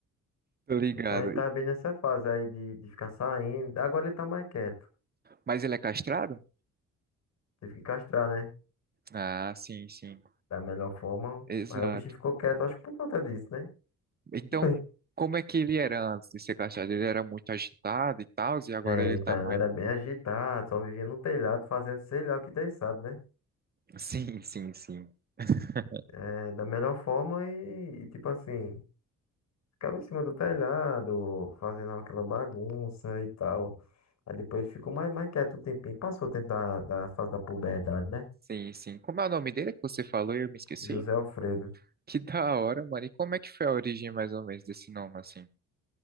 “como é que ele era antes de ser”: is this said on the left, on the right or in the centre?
Right